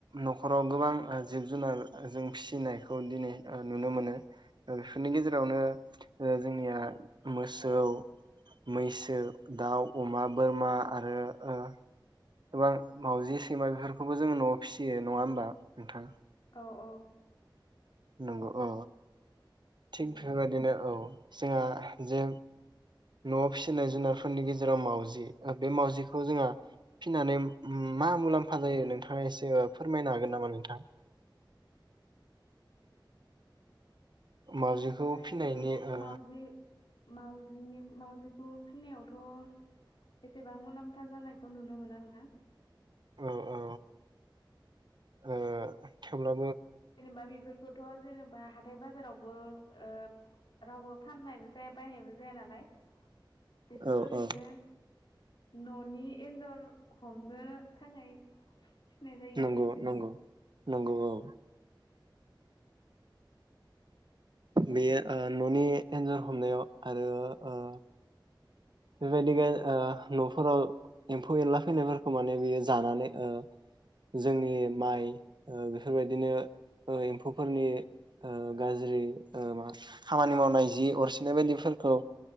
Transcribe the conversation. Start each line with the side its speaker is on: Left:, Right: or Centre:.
Right: न'खराव गोबां ओ जिब जुनार जों फिसिनायखौ दिनै ओ नुनो मोनो बेफोरनि गेजेरावनो जोंनिया मोसौ मैसो दाउ अमा बोरमा आरो ओ गोबां मावजि सैमा बेफोरखौबो जोङो न'आव फिसियो नङा होमबा नोंथां
Left: अ अ
Right: नंगौ औ थिग
Left: उम
Right: बेफोरबायदिनो औ जोंहा जे न'आव फिसिनाय जुनारफोरनि गेजेराव मावजि बे मावजिखौ जोंहा फिनानै मा मुलाम्फा जायो नोंथाङा एसे फोरमायनो हागोन नामा नोंथां? मावजिखौ
Left: मुलाम्फायाथ'
Right: फिनायनि ओ
Left: मावउजि मावजि मावजिखौ फिनायावथ' एसेबां मुलाम्फा जानायखौ नुनो मोना नोंथां
Right: ओ ओ ओ थेवब्ला
Left: जेनेबा बेफोरखौथ' जेने बा हाथाय बाजारावबो ओ रावबो फाननायबो जाया बायनायबो जाय जाया नालाय बेखौ
Right: औ
Left: ओरैनो
Right: औ
Left: न'नि एन्जर हमनो थाखाय फिनाय जायो
Right: नंगौ
Left: आरो
Right: नंगौ। नंगौ औ। बेयो ओ न'नि एन्जर हमनायाव आरो ओ बेबायदि गो ओ न'फोराव एम्फौ एनला फैनायफोरखौ माने बियो जानानै ओ जोंनि माइ बेफोरबायदिनो ओ एम्फौफोरनि ओ गाज्रि मा खामानि मावनाय जि अरसिनाय बायदिफोरखौ